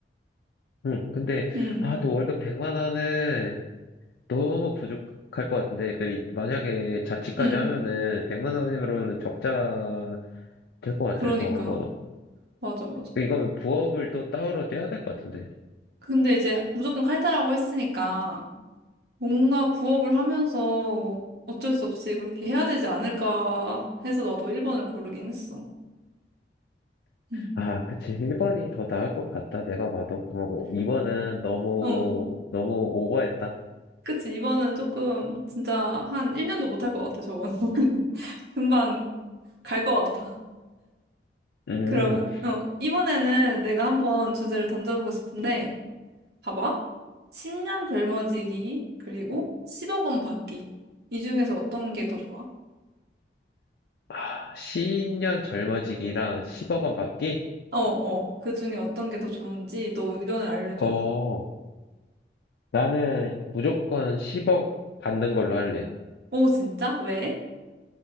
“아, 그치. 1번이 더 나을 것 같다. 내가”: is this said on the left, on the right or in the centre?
Left